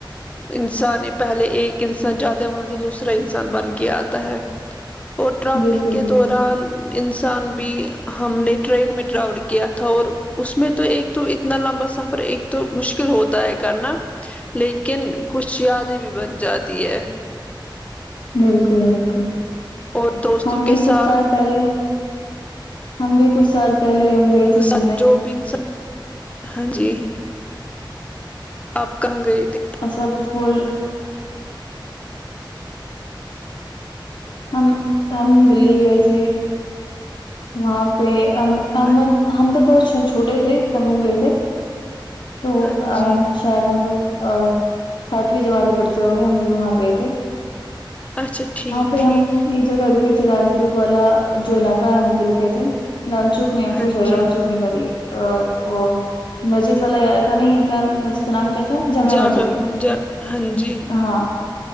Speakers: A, on the left (about 15°); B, on the left (about 65°).
A: انسان پہلے ایک انسان جات وہاں سے دوسرا انسان بن کے آتا ہے اور ٹریولنگ
B: بالکل
A: کے
B: بالکل
A: دوران انسان بھی ہم نے ٹرین میں راور کیا تھا اور اس میں تو ایک تو اتنا لمبا سفر ایک تو مشکل ہوتا ہے کرنا لیکن کچھ یادیں بھی بن جاتی ہے
B: بالکل
A: اور دوستوں
B: ہم بھی
A: کے ساتھ
B: کچھ سال پہلے ہم بھی کچ سال پہلے ہم گئے تھے
A: س
B: گھومنے
A: جو بن س <inaudible> ہاں جی آپ کہاں گئے تھے
B: آ سب کچھ بول رہے ہم ہم دلی گئے تھے وہاں پہ ہم
A: تھے
B: تو بہت س ہم چھوٹے تھے سب ر گئے تھے تو
A: ہاں جی
B: شاید ہم لوگ ا ساتویں جماعتیں پڑتے ہو گئے ہم جو وہاں گئے تھے
A: اچھا ٹھیک
B: یہ
A: ٹھیک
B: جگ ر تھے لال چوک والا جو علاقہ ہے مدر تھے لال چوک نے
A: ہاں
B: سو سحی
A: جی
B: لال چوک نہیں ساری یہ ا وہ مسجد والا کا نہیں کیا مسجد کا نام کیا تھا جامع
A: ج
B: مسجد
A: مم جا ہاں جی
B: ہاں